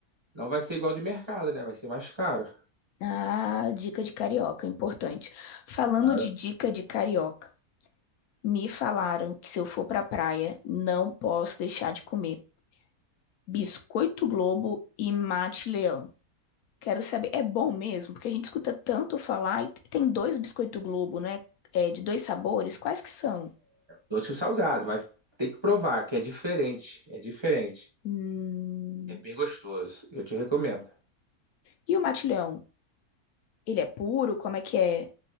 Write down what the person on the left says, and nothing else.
Ah, dica de carioca, importante. Falando
de dica de carioca, Me falaram que se eu for pra praia, não posso deixar de comer biscoito Globo e mate leão. Quero saber, é bom mesmo? Porque a gente escuta tanto falar e t- tem dois biscoito Globo, né? É, de dois sabores, quais que são?
Hum...
E o mate leão? Ele é puro? Como é que é?